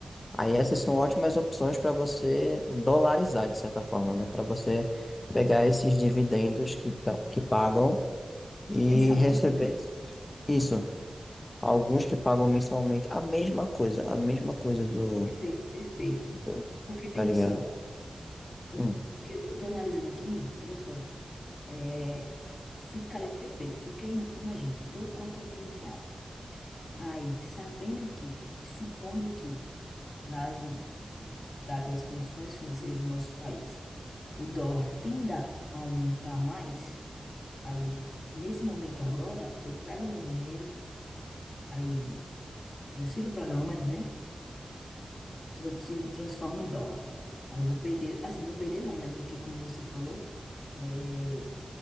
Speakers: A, on the left; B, on the left.
A: Aí essas são ótimas opções para você dolarizar, de certa forma, né? Para você pegar esses dividendos que, pa- que pagam e
B: Mensalmente
A: receber
B: também?
A: esses- isso. Alguns que pagam mensalmente a mesma coisa, a mesma coisa do,
B: Perfeito, perfeito.
A: do
B: Porque, veja
A: tá ligado?
B: só, tô-
A: Hum,
B: porque eu tô analisando aqui, veja só, é, f- ficaria perfeito. Porque, im- imagine, eu tô com a quantia em real. Aí, sabendo que, e supondo que, nas, dadas as condições financeiras do nosso país, o dólar tenda a aumentar mais, aí, eu, nesse momento agora, eu pego meu dinheiro, aí transfiro para a Nômade, né? transfir- transforma em dólar. Aí eu vou perder, assim, não vou perder não, né? Porque como você falou, é,